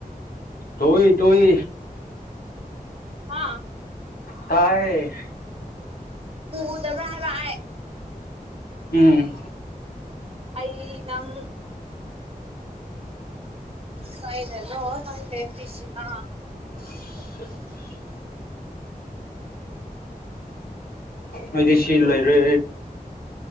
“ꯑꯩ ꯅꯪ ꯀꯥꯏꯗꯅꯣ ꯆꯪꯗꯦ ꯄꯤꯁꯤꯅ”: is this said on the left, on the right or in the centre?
Right